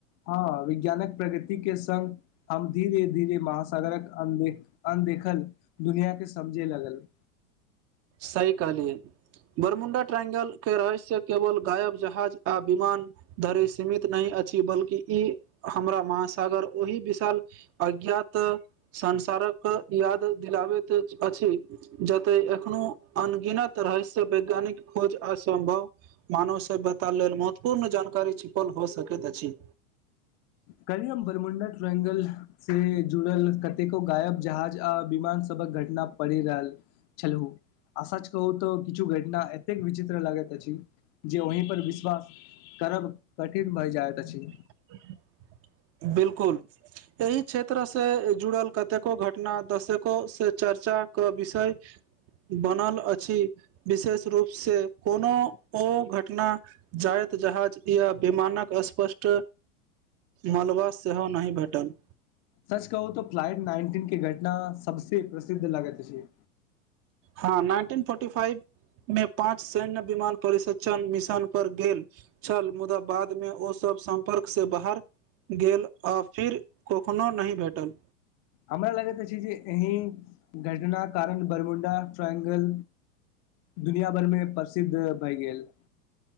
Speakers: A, on the left; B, on the right.
A: हँ वैज्ञानक प्रगृति के संगङ हम धीरे धीरे महासागरक अ अनदेखल दुनिया के समझे लगल
B: सही कहलियै बरमुं्डा ट्राइंगल के रहस्य केवल गायब जहाज आ विमान धरि सीमित नहि अछि बल्कि ई हमरा महासागर ओहि विशाल अज्ञात संसारक याद दिलाबैत अछि जते एखनो अनगिनत रहस्य वैज्ञानिक खोज असम्भव मानव सभ्यता लेल महत्वपूर्ण जानकारी छुपल हो सकैत अछि
A: कहिम बर्रमुणडा ट्रायंगल से जुड़ल कतेको गायब जहाज आ विमान सबक घटना पड़ि रहल छलहु आ शच कहू तऽ किछु घटना एतेक विचित्र लगैत अछि जे वहि पर विश्वास करब कठिन भइ जाइत अछि
B: <inaudible> बिलकुल एहि क्षेत्र से जुड़ल कतेको घटना दशेको से चर्चाे विषय बनल अछि विशेष रूपसँ कोनो ओ घटना जाइत जहाज या विमानक स्पष्ट मलबा सेहो नहि भेटल
A: सच कहू त फ्लाइट नाइनटीन के घटना सबस प्रसिद्ध लगैत अछि
B: हँ नाइनटीन फोर्टी फइव मे पाँच सैन्य विमान परिस्षण मिशन पर गेल छल मुदा बादमे ओ सब सम्पर्क से बाहर गेल आ फिर कखनो नहि भेटल
A: हमरा लगैत छै जे एहिी घटनाक कारण बरमुं्डा ट्राायंगल दुनििया भरिमे प्रसिद्ध भए गेल